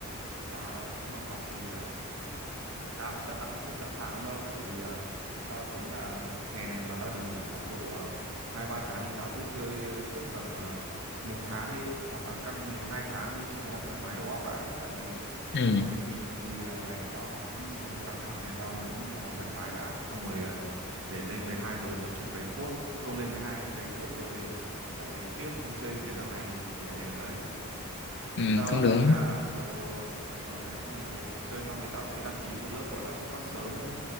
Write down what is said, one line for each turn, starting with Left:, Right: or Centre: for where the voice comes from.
Right: tao á, nếu mà học thì ờ, tao thực ra tao cũng chưa sẵn sàng lắm đâu tại vì ờ, tao tính là hè này mà tao được nghỉ khoảng độ ờ, hai ba tháng thì tao cứ chơi trước tầm ờ, một tháng đi hoặc là căng thì hai tháng đi cho nó thoải mái đầu óc đã tại vì
Left: ừ
Right: tao thấy kỳ kỳ ờ, này tao học cũng nó hơi căng thẳng nên là tao muốn cho nó thoải mái đã xong rồi ờ, để lên 12 rồi tập trung cày cuốc chứ không lên 12 cày cuốc rồi lại tiếc không chơi thời gian này thì ờ, ấy
Left: ừ
Right: thì tao
Left: không
Right: đang
Left: đúng
Right: tính là đầu đầu này xong rồi chơi xong thì tao sẽ đăng ký một lớp gọi là xuất phát sớm đấy